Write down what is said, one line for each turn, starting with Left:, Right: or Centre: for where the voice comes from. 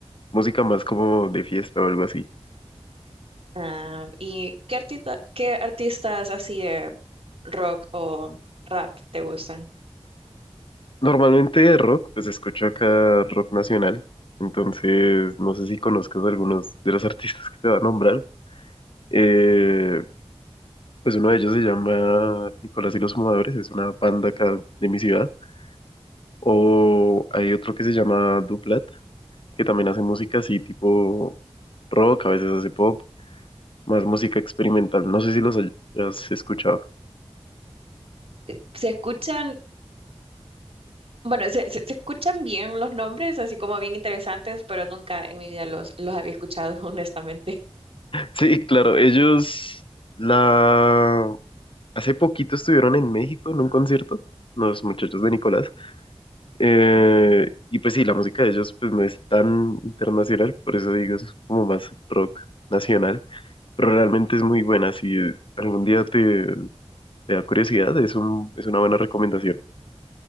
Left: música más como de fiesta o algo así.
Right: Ah, ¿y qué artista, qué artistas así de rock o rap te gustan?
Left: Normalmente de rock, pues escucho acá rock nacional. Entonces, no sé si conozcas algunos de los artistas que te va a nombrar. Eh, pues uno de ellos se llama Nicolás y los Fumadores, es una banda acá de mi ciudad. O hay otro que se llama Duplat, que también hace música así tipo rock, a veces hace pop, más música experimental. No sé si los hayas escuchado.
Right: Eh, Se escuchan, bueno, se, se- se escuchan bien los nombres, así como bien interesantes, pero nunca en mi vida los, los había escuchado, <laughs> honestamente.
Left: Sí, claro, ellos la hace poquito estuvieron en México en un concierto, los muchachos de Nicolás. eh, y pues sí, la música de ellos pues no es tan internacional, por eso digo, es como más rock nacional, pero realmente es muy buena. Si algún día te, te da curiosidad, es un, es una buena recomendación.